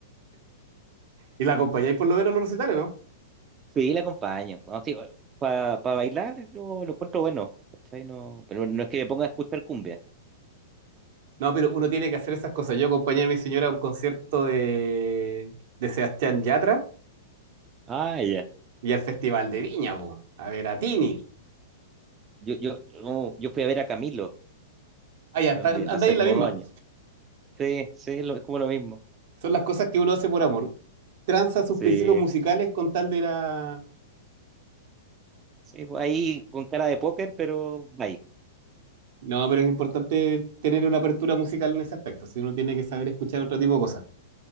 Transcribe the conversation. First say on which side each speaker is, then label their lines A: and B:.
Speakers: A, on the right; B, on the right.
A: Y la acompañáis por lo menos en los recitales, ¿no?
B: Sí, la acompaño. No, sí, para bailar yo lo encuentro bueno. ¿cachai? No, pero no es que me ponga a escuchar cumbia.
A: No, pero uno tiene que hacer esas cosas. Yo acompañé a mi señora a un concierto de, de Sebastián Yatra
B: Ah, ya.
A: y al Festival de Viña, po, a ver a Tini.
B: Yo, yo, yo yo fui a ver a Camilo
A: Ah, ya, está,
B: también,
A: anda
B: hace
A: ahí en
B: como
A: la misma.
B: dos años. Sí, sí, lo- es como lo mismo.
A: Son las cosas que uno hace por amor. Tranza sus
B: Sí,
A: principios musicales con tal de la.
B: sí, pues ahí con cara de póker, pero bye.
A: No, pero es importante tener una apertura musical en ese aspecto. Si uno tiene que saber escuchar otro tipo de cosas.